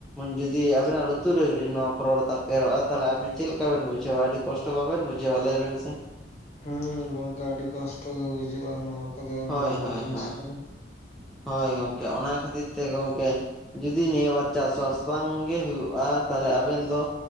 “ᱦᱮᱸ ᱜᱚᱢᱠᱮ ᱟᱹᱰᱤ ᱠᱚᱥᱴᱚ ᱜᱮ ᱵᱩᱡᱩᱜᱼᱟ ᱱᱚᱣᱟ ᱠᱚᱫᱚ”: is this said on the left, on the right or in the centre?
Left